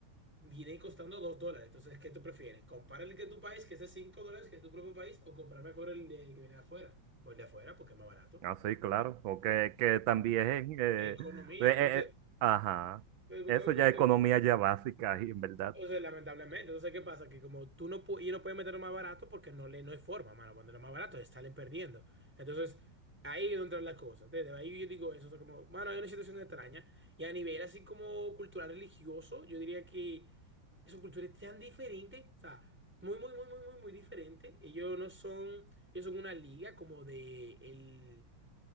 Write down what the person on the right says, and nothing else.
Ah, sí, claro, porque que también, eh,
eh, eh,
eh, ajá,
eso
ya es economía ya básica, y en verdad.